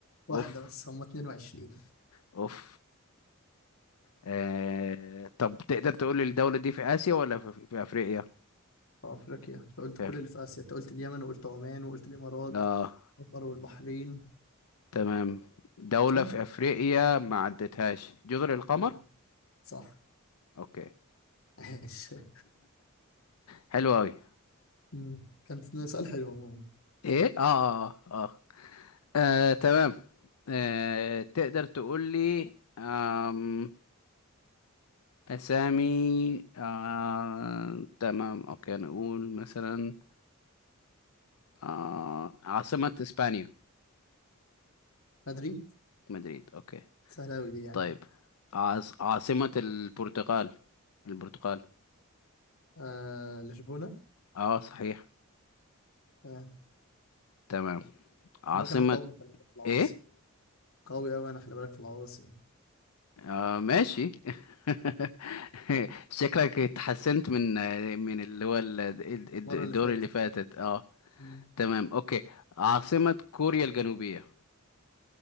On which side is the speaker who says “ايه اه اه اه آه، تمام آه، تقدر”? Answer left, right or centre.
Left